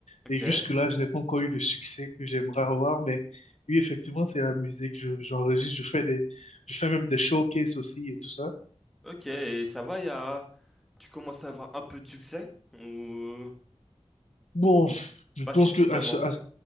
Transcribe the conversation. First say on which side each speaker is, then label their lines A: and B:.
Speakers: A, in the centre; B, on the left.
A: Ok.
B: Et jusque-là, je n'ai pas encore eu le succès que j'aimerais avoir, mais oui, effectivement, c'est la musique. Je- j'enregistre, je fais des, je fais même des showcases aussi et tout ça.
A: Ok, et ça va, y a... tu commences à avoir un peu de succès ou
B: Bon, je
A: pas
B: pense
A: suffisamment?
B: que à ce, à,